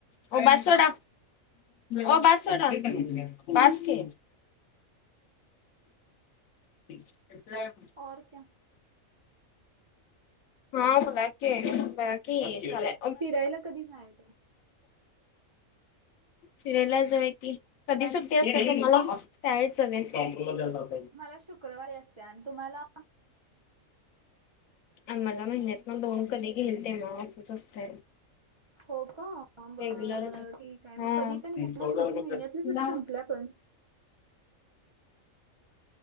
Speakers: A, on the left; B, on the right.
A: ओ बास सोडा. ओ बास सोडा बास की. <unintelligible>
B: और क्या.
A: हा बोला की बगा की हे.
B: फिरायला कधी नाही.
A: फिरायला जाऊया की कधी सुट्टी असत्या तुमाला त्या वेळी जाऊया की.
B: मला शुक्रवारी असत्या आणि तुमांन्ना
A: आम्हाला महिन्यातन दोन कधी घेईल तेव्हा असंच असतंय.
B: हो का बर
A: रेग्युलर
B: बरं ठीक आहे मग
A: हा
B: कधी पण घ्या ना तुमची महिन्यातल्या सु संपल्या पण.